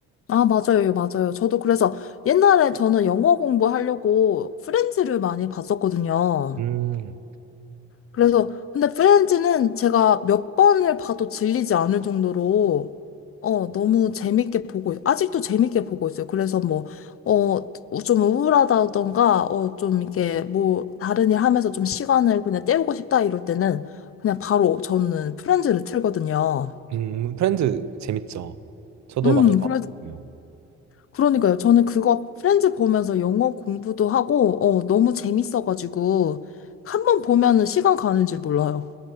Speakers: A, on the left; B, on the right.
A: 아, 맞아요, 맞아요. 저도 그래서 옛날에 저는 영어 공부하려고 프렌즈를 많이 봤었거든요.
B: 음,
A: 그래서 근데 프렌즈는 제가 몇 번을 봐도 질리지 않을 정도로 어 너무 재밌게 보고 있- 아직도 재밌게 보고 있어요. 그래서 뭐어좀 우울하다던가 어 좀 이렇게 뭐 다른 일 하면서 좀 시간을 그냥 때우고 싶다 이럴 때는 그냥 바로 저는 프렌즈를 틀거든요.
B: 음, 프렌즈 재밌죠. 저도
A: 음,
B: 많이 봤어요.
A: 그래, 그러니까요. 저는 그거 프렌즈 보면서 영어 공부도 하고 어 너무 재밌어가지고 한 번 보면은 시간 가는 줄 몰라요.